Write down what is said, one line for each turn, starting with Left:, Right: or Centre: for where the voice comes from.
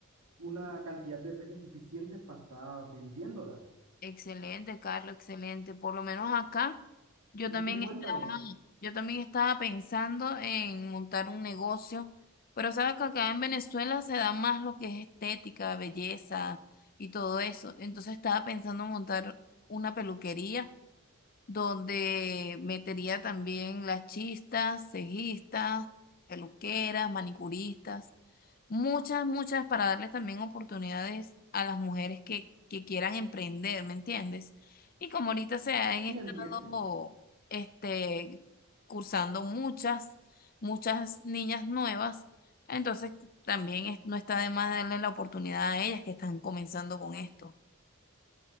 Right: una cantidad de peces suficientes para estar vendiéndolas.
Left: Excelente, Carlos, excelente. Por lo menos acá, yo
Right: Y
Left: también
Right: tú cuéntame,
Left: estaba, yo también estaba pensando en montar un negocio, pero sabes que acá en Venezuela se da más lo que es estética, belleza y todo eso. Entonces estaba pensando en montar una peluquería donde metería también las chistas, cejistas, peluqueras, manicuristas, muchas, muchas para darles también oportunidades a las mujeres que, que quieran emprender, ¿me entiendes? Y como ahorita se han
Right: sí
Left: estado
Right: entiendo.
Left: este, cursando muchas, muchas niñas nuevas, entonces también es- no está de más darle la oportunidad a ellas que están comenzando con esto.